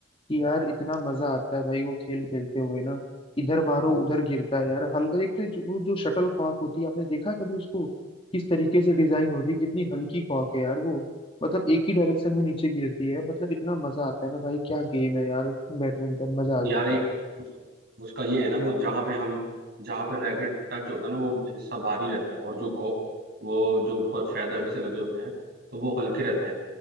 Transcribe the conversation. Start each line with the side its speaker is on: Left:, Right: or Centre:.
Left: कि यार इतना मजा आता है भाई वो खेल खेलते हुए ना इधर मारो उधर गिरता है यार हल्का एक तो जो, वो जो शटल कॉक होती है आपने देखा कभी उसको किस तरीके से डिजाइन होती है कितनी हल्की कॉक है यार वो मतलब एक ही डायरेक्शन में नीचे गिरती है मतलब इतना मजा आता है ना भाई क्या गेम है यार बैडमिंटन मजा आ जाता
Right: यार एक
Left: है
Right: उस, उसका ये है ना वो जहाँ पे हम जहाँ पे रैकेट टच होता है ना वो हिस्सा भारी रहता है और जो को, वो जो ऊपर फेदर से लगे होते हैं तो वो हल्के रहते हैं